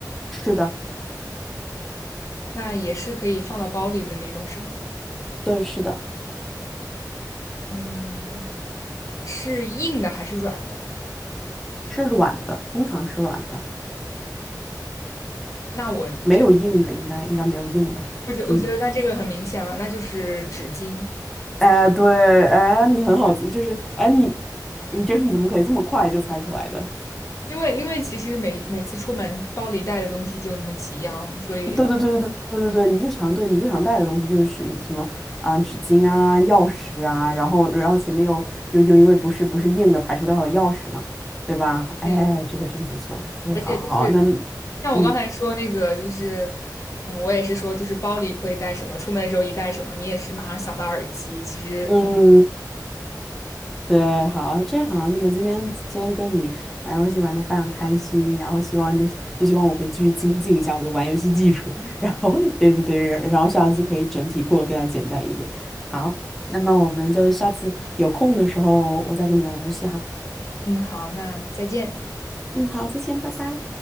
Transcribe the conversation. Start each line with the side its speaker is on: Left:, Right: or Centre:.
Centre: 是的，
Left: 那也是可以放到包里的那种是吗？
Centre: 对，是的。
Left: 嗯，是硬的还是软的？
Centre: 是软的，通常是软的，
Left: 那我觉
Centre: 没有硬的，应该应该没有硬的。
Left: 我觉我觉得那这个很明显了，
Centre: 嗯，
Left: 那就是纸巾，
Centre: 哎，对，哎，你很好，就是哎，你你就是你怎么可以这么快就猜出来的？
Left: 因为因为其实每每次出门包里带的东西就那么几样，所以
Centre: 对对对对对对对对，你日常对你日常带的东西就是什么什么啊、纸巾啊、钥匙啊，然后然后前面又又又因为不是不是硬的排除掉了钥匙嘛，对吧？哎，
Left: 对，
Centre: 这个真不错，可以，
Left: 而且就是像我刚才说那个就是。
Centre: 好好好，那嗯
Left: 嗯，我也是说，就是包里会带什么，出门的时候一带什么，你也是马上想到耳机。其实，
Centre: 嗯。对，好，真好。那么今天今天跟你玩游戏玩的非常开心，然后希望就是就希望我可以继续精进一下我的玩游戏技术，<laughs> 然后对对对，然后下次可以整体过得更加简单一点。好，那么我们就下次有空的时候我再跟你玩游戏哈。
Left: 嗯，好，那再见。
Centre: 嗯，好，再见，拜拜。